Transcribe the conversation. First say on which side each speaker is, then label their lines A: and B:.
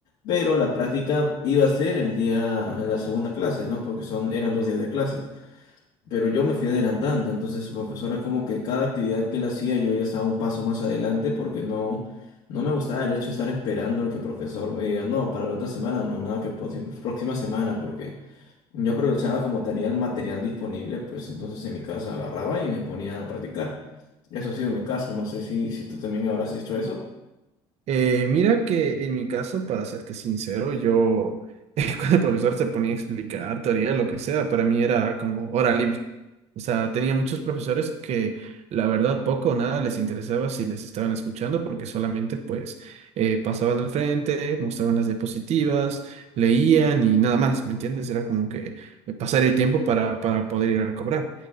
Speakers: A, on the left (about 75°); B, on the right (about 60°).
A: pero la práctica iba a ser el día, en la segunda clase, ¿no? Porque son, eran dos días de clases pero yo me fui adelantando, entonces su profesora como que cada actividad que él hacía yo ya estaba un paso más adelante porque no, no me gustaba el hecho de estar esperando al que el profesor me diga, no, para la otra semana, no, nada, que próxima, <laughs> próxima semana, porque yo aprovechaba como tenía el material disponible, pues entonces en mi casa agarraba y me ponía a practicar. Eso ha sido mi caso, no sé si, si tú también habrás hecho eso.
B: Eh, mira que en mi caso, para serte sincero, yo <laughs> eh, cuando el profesor se ponía a explicar teoría, lo que sea, para mí era como hora libre. O sea, tenía muchos profesores que la verdad poco o nada les interesaba si les estaban escuchando porque solamente pues eh, pasaban al frente, mostraban las diapositivas, leían y nada más, ¿me entiendes? Era como que pasar el tiempo para, para poder ir a cobrar.